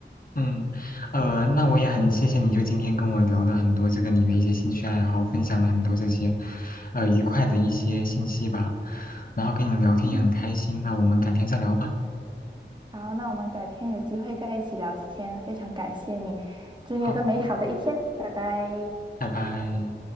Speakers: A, on the left; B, on the right.
A: 嗯，呃，那我也很谢谢你，就今天跟我聊了很多这个你的一些兴趣爱好，分享了很多这些，呃，愉快的一些信息吧。然后跟你聊天也很开心，
B: 嗯。
A: 那我们改天再聊吧。
B: 好，那我们改天有机会再一起聊天，非常感谢你，祝你有个美好的一天，
A: 好，
B: 拜拜。
A: 拜拜。